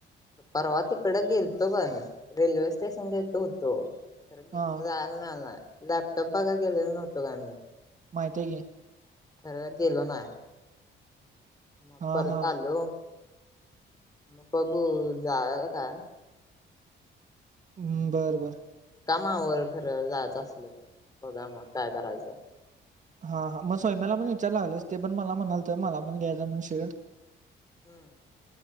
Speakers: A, on the left (about 20°); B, on the right (about 40°).
A: परवा तिकडं गेलतो पण रेल्वे स्टेशन च्या हित होतो. खर की
B: हा
A: जायला मिळायला नाही. लॅपटॉप बघायला गेलेला नव्हतो काय मी.
B: माहिती आहे की.
A: खरं गेलो नाय. मग
B: हा
A: परत
B: हा
A: आलो माग बघू जा का
B: हम् बर बर
A: कामावर खरं जायचं असल तर बघा मग काय करायचं
B: हा हा मग सवैम्याला पण विचारयला लागल ते पण मला म्हणालत मला पण घ्यायचं म्हण शेर्ड
A: हम्म